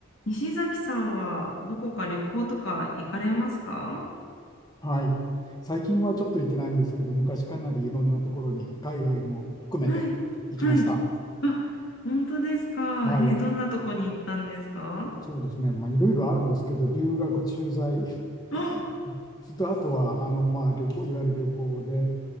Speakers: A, on the left; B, on the left.
A: 西崎さんはどこか旅行とか行かれますか
B: はい。最近はちょっと行ってないんですけど、昔かなりいろんなところに、海外も含めて行きました。
A: はい。はい。あ、本当ですか。
B: はい。
A: え、どんなとこに行ったんですか
B: そうですね。まあ、いろいろあるんですけど、留学、駐在、
A: あ、
B: <laughs> それとあとは、あの、まあ、旅行、いわゆる旅行で、